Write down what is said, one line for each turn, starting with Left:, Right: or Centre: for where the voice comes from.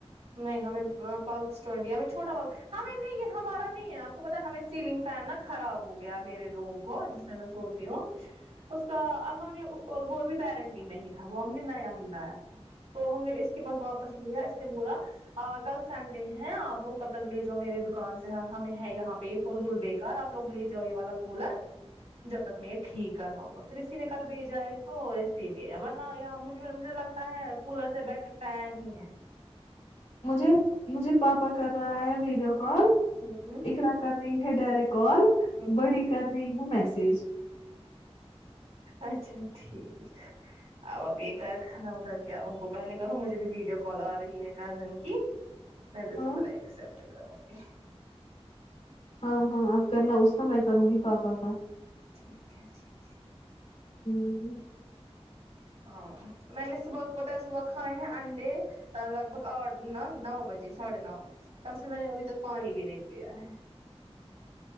Right: نہیں ہمیں پلس ٹوینٹی ہمیں چھوٹا وال ہمیں نہیں ہمارا نہیں ہے آپ کو پتا ہمیں سیلنگ فین نا خراب ہو گیا میرے روم کو جس مے وان سوتی ہوں اس کا اب ہم نے اس کو وہ بی بوارنٹی میں ہی تھا وہ ہم نے نیا ہی لایا تھا تو ہم نے اس کے پاس واپس لیا اس نے بولا کل سنڈے ہے آپ لوگ تب تک لے جاؤ میرے دکان سے ہمیں ہے یہاں پہ فضول بیکار آپ لوگ لے جاو یہ والا کولر جب تک میں یہ ٹھیک کرواؤ گا پھر اسی نے کل بھیجا ہے تو اسی لیے ورنہ یہ مجھے لگ تا ہے کولر سے بیٹر فین ہی ہے
Left: مجھے مجھے پاپا کر رہا ہے ویڈیو کال
Right: ہوں
Left: اقرا کر رہی ہے ڈائریکٹ کال بڑی
Right: ہوں
Left: کر رہی ہے میسج
Right: اچھا ٹھیک اب آپ یہ کر ختم کر کے ان کو پہلے کرو مجھے بھی ویڈیو کال آ رہی ہے کزن کی میں بھی اسکو
Left: ہاں
Right: پہلے ایکسپٹ کروں گی
Left: ہاں ہاں اپ کرنا اس کا میں کروں گی پاپا کا
Right: ٹھیک ہے ٹھیک ہے
Left: ہمم
Right: ہاں میں نے صبح پتہ ہے صبح کھائے ہیں انڈے لگ بھگ آٹھ نا نو بجے ساڑھے نو تب سے میں نے ابھی تک پانی بھی نہیں پیا ہے